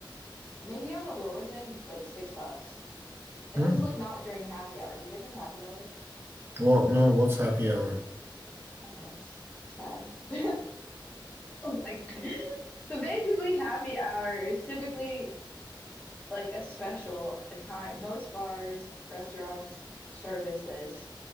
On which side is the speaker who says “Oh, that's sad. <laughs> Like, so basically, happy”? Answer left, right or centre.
Left